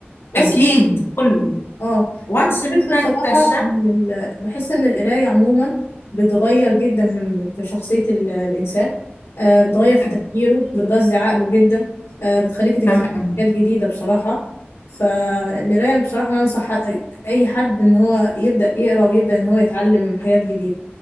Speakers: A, on the left; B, on the left.
A: بس
B: أكيد كله
A: اه
B: وانس
A: انا
B: إن
A: بحس بصراحه
B: أنا اكتشفت
A: ان ال... بحس ان القرايه عموما بتغير جدا في شخصيه ال... الانسان آه بتغير في
B: أكيد.
A: تفكيره بتغذي عقله جدا آه بتخليك تكتشف
B: تمام
A: حاجات جديده بصراحه فالقرايه بصراحه انا انصح ح- اي حد ان هو يبدا يقرا ويبدا ان هو يتعلم حاجات جديده